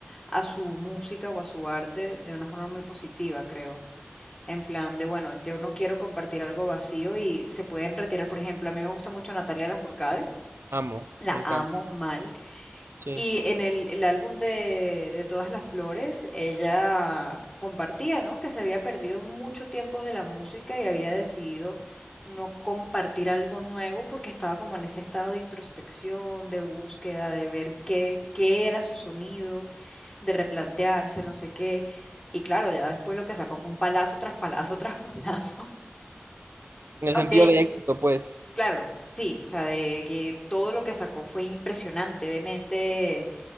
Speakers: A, on the left; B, on the right.
A: a su música o a su arte de una forma muy positiva, creo. En plan de, bueno, yo no quiero compartir algo vacío y se pueden retirar, por ejemplo, a mí me gusta mucho Natalia Lafourcade,
B: Amo,
A: la
B: me encanta,
A: amo mal.
B: sí.
A: Y en el, el álbum de, de Todas las Flores, ella compartía, ¿no? Que se había perdido mucho tiempo de la música y había decidido no compartir algo nuevo porque estaba como en ese estado de introspección, de búsqueda, de ver qué, qué era su sonido, de replantearse, no sé qué. Y claro, ya después lo que sacó fue un palazo tras palazo <laughs> tras palazo.
B: En el
A: Aunque,
B: sentido de éxito, pues,
A: claro, sí, o sea, de que todo lo que sacó fue impresionantemente